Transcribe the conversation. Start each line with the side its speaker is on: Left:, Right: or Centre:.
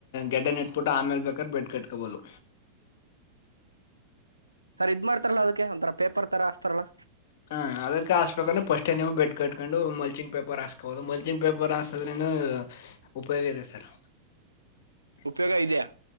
Left: ಗೆಡ್ಡನ ಇಟ್ಬಿಟ್ಟು ಆಮೇಲ್ ಬೇಕಾದ್ರೆ ಬೆಡ್ ಕಟ್ಕೋಬಹದು.
Right: ಸರಿ ಇದ್ ಮಾಡ್ತಾರಲ್ಲಾ ಅದಕ್ಕೆ ಒಂಥರ ಪೇಪರ್ ತರ ಹಸ್ತಾರಲ್ಲ.
Left: ಹಾ ಅದಕ್ಕೆ ಹಾಸ್ಬೇಕಂದ್ರೆ ಫಸ್ಟ್ ನೀವು ಬೆಡ್ ಕಟ್ಕೊಂಡು ಮಲ್ಚಿಂಗ್ ಪೇಪರ್ ಹಾಸ್ಕೋಬಹುದು ಮಲ್ಚಿಂಗ್ ಪೇಪರ್ ಹಾಸದ್ರನು ಉಪಯೋಗ ಇದೆ ಸರ್. <unintelligible>
Right: ಉಪಯೋಗ ಇದೆಯಾ